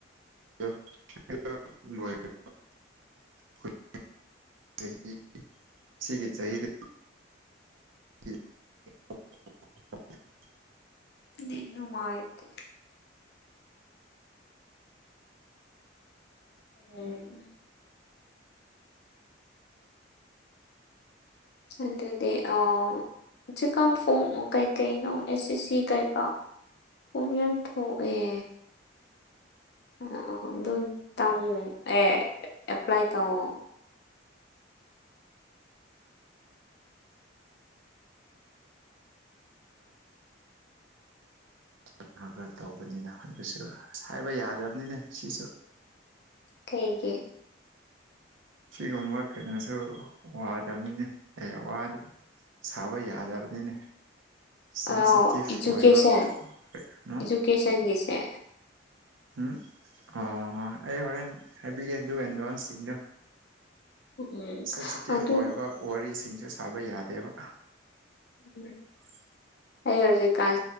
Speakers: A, on the right; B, on the left.
A: <unintelligible> ꯁꯤꯒꯤ ꯆꯍꯤꯗ <unintelligible>
B: ꯅꯦꯠ ꯅꯨꯉꯥꯏꯇꯦ ꯎꯝ ꯑꯗꯨꯗꯤ ꯑꯣ ꯃꯦ ꯀꯝ ꯐꯝꯒ ꯀꯩ ꯅ ꯑꯦꯁꯦ ꯁꯤꯒꯔꯒ ꯑꯣꯞ ꯌꯥꯝ ꯊꯣꯛꯑꯦ ꯑꯗꯨꯗ ꯇꯥꯃꯣ ꯑꯦ ꯑꯦꯄ꯭ꯂꯥꯏ ꯇꯥꯃꯣ
A: ꯈ ꯈꯔ ꯈꯔ ꯇꯧꯕꯅꯤꯅ ꯑꯗꯨꯁꯨ ꯑꯁ ꯍꯥꯏꯕ ꯌꯥꯗ꯭ꯔꯕꯅꯤꯅꯦ ꯁꯤꯁꯨ
B: ꯀꯩꯒꯤ
A: ꯁꯤꯒꯨꯝꯕ ꯀꯩꯅꯣꯁꯨ ꯋꯥꯗꯕꯅꯤꯅꯦ ꯑꯦ ꯋꯥꯗꯕ ꯁꯥꯕ ꯌꯥꯗꯕꯅꯤꯅꯦ ꯁꯦꯟꯁꯤꯇꯤꯞ
B: ꯑꯣ ꯏꯖꯨꯀꯦꯁꯟ
A: ꯑꯣꯏꯕ ꯑꯃꯨ
B: ꯏꯖꯨꯀꯦꯁꯟꯒꯤꯁꯦ
A: ꯎꯝ ꯑꯣ ꯑꯩ ꯍꯣꯔꯦꯟ ꯍꯥꯏꯕꯤꯒꯦ ꯑꯗꯨꯒ ꯑꯦꯟꯗꯟꯁꯤꯡꯗꯣ
B: ꯎꯝ
A: ꯁꯦꯟꯁꯤꯇꯤꯞ
B: ꯑꯗꯨ
A: ꯑꯣꯏꯕ ꯋꯥꯔꯤꯁꯤꯡꯁꯨ ꯁꯥꯕ ꯌꯥꯗꯦꯕ <unintelligible>
B: ꯎꯝ ꯑꯩ ꯍꯧꯖꯤꯛꯀꯥꯟ